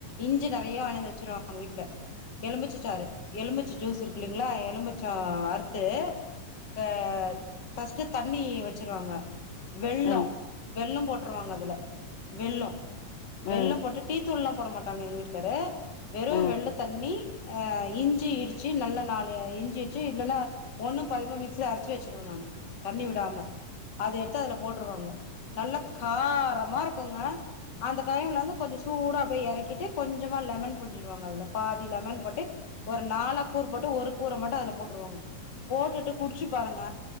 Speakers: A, on the left; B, on the left.
A: இஞ்சி நெறைய வாங்கினு வந்து வச்சிருவாங்க வீட்ல. எலுமிச்ச சாறு எலுமிச்ச ஜூஸு இருக்கு இல்லைங்ளா எலுமிச்சோ அறுத்து ஆ ஃபஸ்ட்டு தண்ணி வச்சிருவாங்க வெல்லோ
B: ம்,
A: வெல்லம் போ ட்ருவாங்க அதுல வெல்லோ வெல்லம்
B: ம்,
A: போட்டு டீ த்தூள்லா போட மாட்டாங்க எங்க வீட் டுக்கார்ரு வெறு
B: ம்,
A: வெல்லத் தண்ணி ஆ இஞ்சி இடிச்சு நல்லா நாலு இஞ்சி இடிச்சு இல்லன்னா ஒண்ணும் பாதியுமா மிக்ஸில அரைச்சி வச்சுருவே நானு தண்ணி விடாம. அத எடுத்து அதுல போட்ருவோங்க நல்லா காரமா இருக்குங்க அந்த டைம்ல வந்து கொஞ்ச சூடா அப்டியே எறக்கிட்டு கொஞ்சமா லெமன் புழிஞ்சிடுவோங்க அதுல பாதி லெமன் போட்டு ஒரு நாலா கூறு போட்டு ஒரு கூற மட்டு அதுல போட்ருவோங்க. போட்டுட்டு குடிச்சு பாருங்க